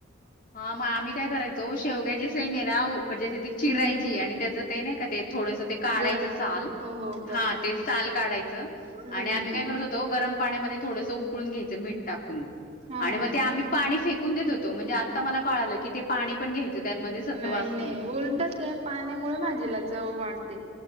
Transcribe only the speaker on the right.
हम्म
हम्म गर
हो हो गर
हा
हा
हा
हा
हा
हा
नाही-नाही
उलट त्या पाण्यामुळे माझीला चव वाढते.